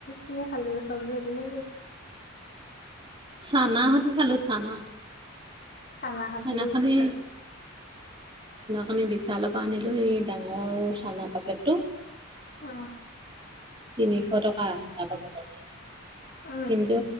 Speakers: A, on the left; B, on the right.
A: কিহে খালি? চৱজি ৰুটিয়ে নেকি?
B: চানা হতি খালো চানা।
A: চানা সতি
B: সেইদিনাখনি
A: ৰুটি খালি
B: খনি বিশালৰ পৰা আনিলো এই ডাঙৰ চানা পেকেটটো।
A: উম,
B: তিনিশ টকা এটা পেকেটত।
A: উম,
B: কিন্তু